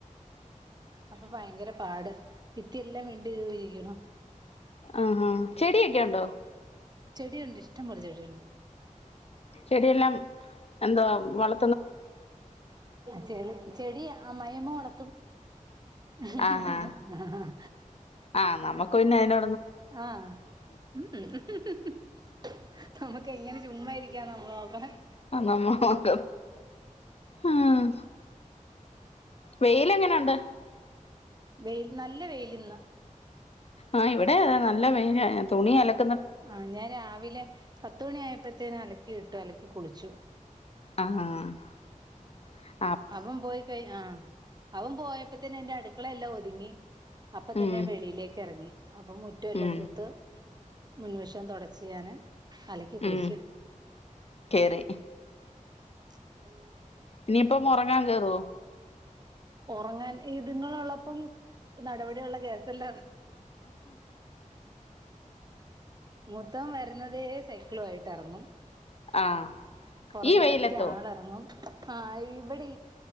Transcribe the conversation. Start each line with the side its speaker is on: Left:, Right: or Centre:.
Right: അപ്പൊ ഭയങ്കര പാട് ഭിത്തിയെല്ലാം വിണ്ട് കീറിയീക്ക്ണ്
Left: ആഹ ഹ ചെടിയൊക്കെ ഉണ്ടോ?
Right: ചെടിയുണ്ട് ഇഷ്ടംപോലെ ചെടിയുണ്ട്.
Left: ചെടിയെല്ലാം ന്തുവാ വളർ
Right: ചെ ചെടി അമ്മായിമ്മ വളർത്തും ഹ് ഹ്
Left: ആഹാ
Right: ഹ് ഹ ഹ ഹ
Left: ആഹ് നമുക്ക് പിന്നെ അതിന്
Right: ആ ഹ് ഹ് ഹ ഹ നമുക്ക് എങ്ങനെ ചുമ്മാരിക്ക <unintelligible>
Left: ആ നമ്മോക്ക ആഹ വെയില് എങ്ങനെണ്ട്
Right: വെയില് നല്ല വെയില് ന്ന്
Left: ആഹ ഇവിടെ അതെ നല്ല വെയില ആ തുണി അലക
Right: ആ ഞാൻ രാവിലെ പത്തുമണി ആയപ്പോത്തേനും അലക്കി ഇട്ടു അലക്കി കുളിച്ചു.
Left: ആഹാ
Right: അവന് പോയി കഴിഞ്ഞ ആഹ അവൻ പോയപ്പോ തന്നെ എന്റെ അടുക്കള എല്ലാം ഒതുങ്ങി അപ്പ തന്നെ
Left: ഉം
Right: വെളിയിലേക്ക് ഇറങ്ങി. അപ്പൊ മുറ്റം എല്ലാം
Left: ഉം
Right: തൂത്ത് മുൻവഷം തുടച്ച് ഞാന് അലക്കി കുളിച്ചു
Left: ഉം കേറി
Right: <unintelligible>
Left: ഇനിയിപ്പ മുറങ്ങാൻ കേറോ
Right: ഉറങ്ങാൻ ഇതുങ്ങള ഉള്ളപ്പം നടപടി ഉള്ള കേസല്ല മൊത്തം വരുന്നതെ സൈക്കിളു ആയിട്ട് ഇറങ്ങും
Left: ആഹ്
Right: പുറകെ
Left: ഈ വെയിലത്തോ
Right: അടുത്തെ ആൾ ഇറങ്ങും ആഹ ഇവിടെ